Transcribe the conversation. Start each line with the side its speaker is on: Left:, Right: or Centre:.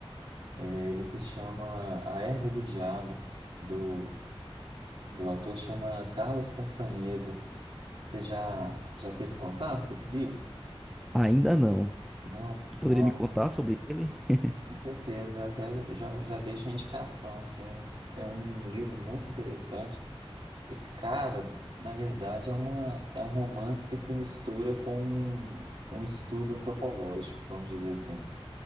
Right: Ele se chama A Erva do Diabo, do, do autor chama Carlos Castaneda. Você já, já teve contato com esse livro?
Centre: Ainda não.
Right: Não?
Centre: Tu
Right: Nossa,
Centre: poderia me contar sobre ele? <laughs>
Right: com certeza. Até já, já deixa a indicação, assim. É um livro muito interessante Esse cara, na verdade, é uma, é um romance que se mistura com um, um estudo antropológico, vamos dizer assim.